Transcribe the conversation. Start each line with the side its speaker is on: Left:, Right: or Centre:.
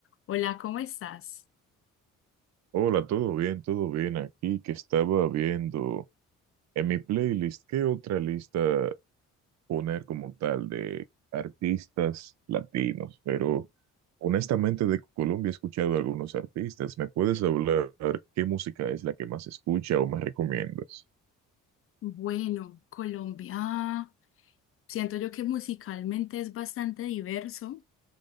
Left: Hola, ¿cómo estás?
Right: Hola, todo bien, todo bien aquí que estaba viendo en mi playlist, ¿qué otra lista poner como tal de artistas latinos? Pero honestamente de Colombia he escuchado a algunos artistas. ¿Me puedes hablar qué música es la que más escucha o más recomiendas?
Left: Bueno, Colombia, siento yo que musicalmente es bastante diverso.